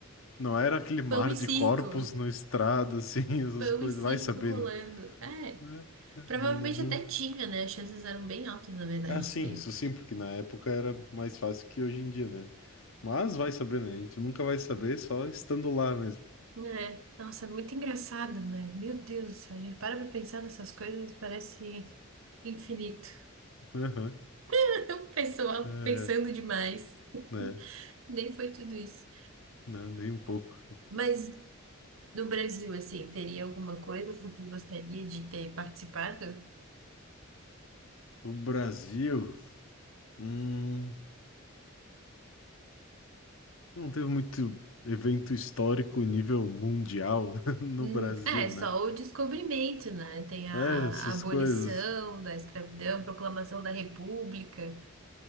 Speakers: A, on the left; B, on the right.
A: não era aquele mar
B: Pão e
A: de
B: circo.
A: corpos na estrada, assim, <laughs> essas
B: Pão
A: coisas.
B: e circo
A: Vai saber,
B: rolando.
A: né?
B: É.
A: Né? Né?
B: Provavelmente
A: Nu- Nunca.
B: até tinha, né? As chances eram bem altas, na verdade,
A: Ah, sim,
B: de ter.
A: isso sim, porque na época era mais fácil que hoje em dia, né? Mas vai saber, né? A gente nunca vai saber só estando lá mesmo.
B: É. Nossa, muito engraçado, né? Meu Deus, a gente para pra pensar nessas coisas, parece infinito.
A: <laughs> Aham.
B: <laughs> Pessoal
A: É, é,
B: pensando demais.
A: né?
B: Nem foi tudo isso.
A: Não, nem um pouco.
B: Mas no Brasil, assim, teria alguma coisa que você gostaria de ter participado?
A: No Brasil, hum, não teve muito evento histórico nível mundial <laughs> no
B: Hum,
A: Brasil,
B: é, só
A: né?
B: o descobrimento, né? Tem a
A: É, essas
B: a abolição
A: coisas.
B: da escravidão, proclamação da República.